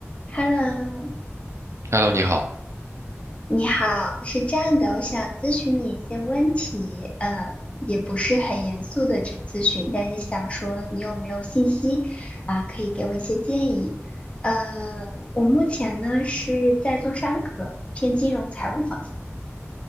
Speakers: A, on the left (about 25°); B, on the right (about 70°).
A: Hello，
B: Hello，你好，
A: 你好，是这样的，我想咨询你一些问题，呃，也不是很严肃的咨咨询，但是想说你有没有信息啊，可以给我一些建议。呃，我目前呢是在做商科，偏金融财务方向，